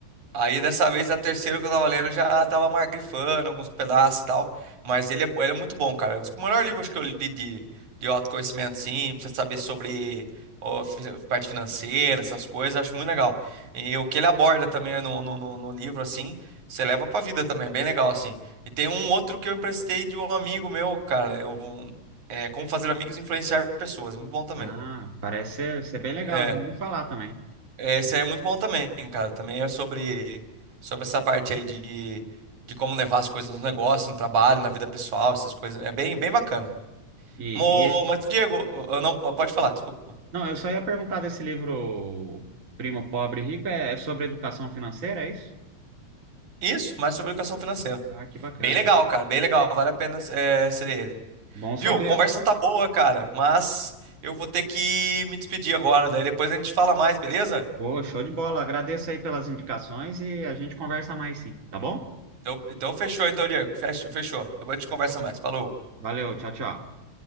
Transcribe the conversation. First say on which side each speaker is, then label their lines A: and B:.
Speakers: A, on the right (about 85°); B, on the right (about 25°).
A: Aí dessa vez a terceira que eu tava lendo eu já tava mais grifando alguns pedaços e tal. Mas ele é, ele é muito bom, cara. É Um dos melhores livros que eu li de, de autoconhecimento, sim, pra você saber sobre ó, fi- parte financeira, essas coisas, eu acho muito legal. E o que ele aborda também no, no, no- no livro, assim, você leva pra vida também, bem legal, assim. E tem um outro que eu emprestei de um amigo meu, cara. Eu, é, Como Fazer Amigos e Influenciar Pessoas, muito bom também.
B: Ah, parece ser, ser bem legal.
A: É,
B: Já ouvi falar também.
A: é, Esse aí é muito bom também, cara. Também é sobre, sobre essa parte aí de, de como levar as coisas no negócio, no trabalho, na vida pessoal, essas coisas. É bem, bem bacana.
B: E,
A: Mo,
B: e-
A: mas, Diego, eu não, pode falar, desculpa.
B: não, eu só ia perguntar desse livro Primo Pobre e Rico. É, é sobre educação financeira, é isso?
A: Isso, mas sobre educação financeira.
B: Ah, que bacana.
A: Bem legal, cara. Bem legal. Vale a pena é, ser ele.
B: Bom saber.
A: Viu? Conversa tá boa, cara. Mas eu vou ter que me despedir agora. Daí depois a gente fala mais, beleza?
B: Pô, show de bola. Agradeço aí pelas indicações e a gente conversa mais sim, tá bom?
A: Então, então fechou, então, Diego. Fech- Fechou. Depois a gente conversa mais. Falou.
B: Valeu, tchau, tchau.